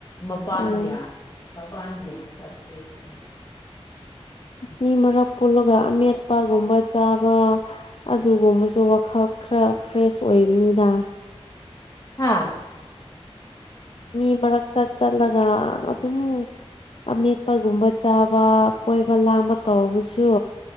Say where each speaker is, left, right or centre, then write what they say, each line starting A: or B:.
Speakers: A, on the left (about 30°); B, on the left (about 60°).
A: ꯃꯄꯥꯟꯒ꯭ꯌꯥ
B: ꯎꯝ
A: ꯃꯄꯥꯟꯒ ꯌꯥꯝ ꯆꯠꯂꯦ <unintelligible>
B: ꯃꯤ ꯃꯔꯛ ꯄꯨꯜꯂꯒ ꯑꯃꯦꯠꯄꯒꯨꯝꯕ ꯆꯥꯕ ꯑꯗꯨꯒꯨꯝꯕꯁꯨ ꯋꯥꯈꯜ ꯈꯔ ꯐ꯭ꯔꯦꯁ ꯑꯣꯏꯕꯅꯤꯗ
A: ꯍꯥꯥ
B: ꯃꯤ ꯃꯔꯛ ꯆꯠ ꯆꯠꯂꯒ ꯑꯗꯨꯝ ꯑꯃꯦꯠꯄꯒꯨꯝꯕ ꯆꯥꯕ ꯀꯣꯏꯕ ꯂꯥꯡꯕ ꯇꯧꯕꯁꯨ